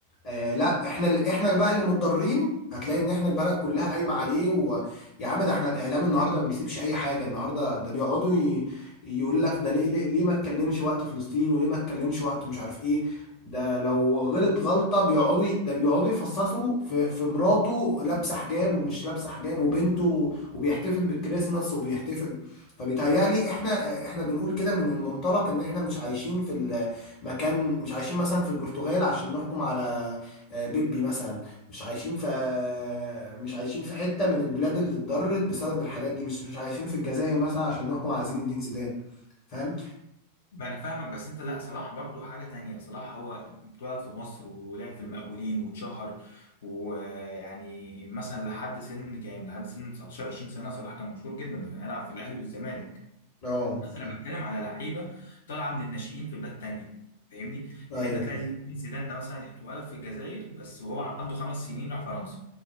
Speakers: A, on the left; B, on the left.
A: آه لا احنا اللي احنا اللي بقى اللي متضررين هتلاقي ان احنا البلد كلها قايمه عليه ويا عم ده احنا الاعلام النهارده ما بيسيبش اي حاجه النهارده ده بيقعدوا ي... يقول لك ده ليه ليه, ليه ما تكلمش وقت فلسطين وليه ما تكلمش وقت مش عارف ايه ده لو غلط غلطه بيقعدوا ي... ده بيقعدوا يفصصوا في في مراته لابسه حجاب ومش لابسه حجاب وبنته وبيحتفل بالكريسماس وبيحتفل فبيتهيألي احنا احنا بنقول كده من المنطلق ان احنا مش عايشين في المكان مش عايشين مثلا في البرتغال عشان نحكم على آه، بيبي مثلا مش عايشين في آه، مش عايشين في حتة من البلاد اللي اتضرت بسبب الحاجات دي مش مش عايشين في الجزائر مثلا عشان نحكم على زين الدين زيدان فاهم؟
B: ما انا فاهمك بس انت لا صلاح برضو حاجة تانية صلاح هو اتولد في مصر ولعب في المقاولين واتشهر ويعني مثلا لحد سن كام لحد سن 19 20 سنة صلاح كان مشهور جدا ده كان يلعب في الاهلي والزمالك
A: اه فاهم.
B: انا بتكلم على لعيبة طالعة من الناشئين في بلاد تانية فاهمني
A: ايوه
B: يعني انت
A: فاهم.
B: تلاقي زين زيدان ده مثلا اتولد في الجزائر بس وهو عنده خمس سنين راح فرنسا